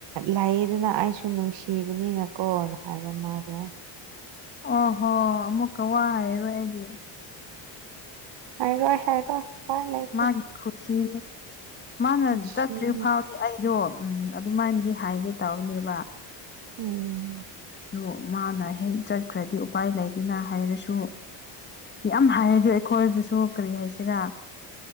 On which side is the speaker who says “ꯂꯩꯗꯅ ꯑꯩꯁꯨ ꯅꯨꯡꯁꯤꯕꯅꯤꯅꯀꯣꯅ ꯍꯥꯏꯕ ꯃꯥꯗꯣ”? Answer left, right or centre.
Right